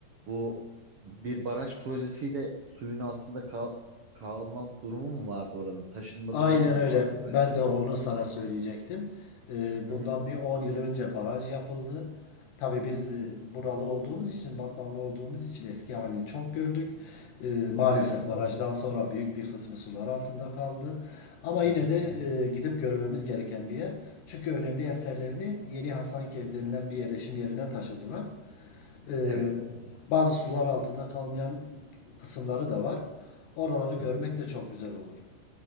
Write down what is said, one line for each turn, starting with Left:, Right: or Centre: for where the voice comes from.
Right: bu bir baraj projesiyle suyun altında kal kalma durumu mu vardı oranın? Taşınma
Left: Aynen
Right: durumu mu
Left: öyle.
Right: vardı? Öyle
Left: Ben
Right: bir şey.
Left: de onu sana söyleyecektim. Ee,
Right: Hı
Left: Bundan
Right: hı,
Left: bir 10 yıl önce baraj yapıldı. Tabii biz e,
Right: hı hı.
Left: buralı olduğumuz için, Batmanlı olduğumuz için eski halini çok gördük. Ee, Maalesef
Right: Evet.
Left: barajdan sonra büyük bir kısmı sular altında kaldı. Ama yine
Right: Hı hı.
Left: de e, gidip görmemiz gereken bir yer. Çünkü önemli eserlerini Yeni Hasankeyf denilen bir yerleşim yerine taşıdılar. Ee,
Right: Evet.
Left: Bazı sular altında kalmayan kısımları da var. Oraları görmek
Right: Hı hı.
Left: de çok güzel olur.